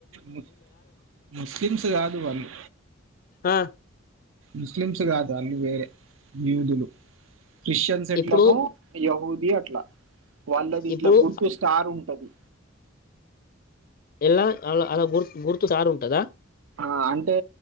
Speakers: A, on the right; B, on the left.
A: ము ముస్లిమ్స్ కాదు వాళ్ళు
B: ఆ
A: ముస్లిమ్స్ చి కాదు అళు వేరే యుదులు క్రిష్టియన్స్ ఎట్లనో
B: ఇప్పుడు
A: యవుద్ ఇగ అట్లా వాళ్లది
B: ఇప్పుడు
A: ఇట్ల గుర్తు స్టార్ ఉంటది
B: ఎలా అలా అలా గుర్తు గుర్తు స్టార్ ఉంటదా
A: ఆ అంటే